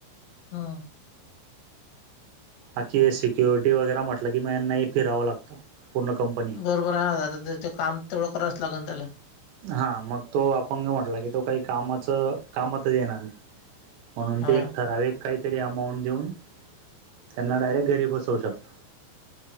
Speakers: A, on the left; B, on the right.
A: हम!
B: आनकी सिक्युरिटी वगैरा म्हटलं की म नाही फिरावं लागतं लागत पूर्ण कंपनी.
A: बरोबर त्या काम तेवढं करावच लागल त्याला.
B: हा मग तो अपंग म्हटला की तो काही कामाच कामत येणा. म्हणून
A: हां,
B: ते एक ठराविक काहीतरी अमाऊंट देऊन त्यांना डयरेक्ट घरी बसवू शकता.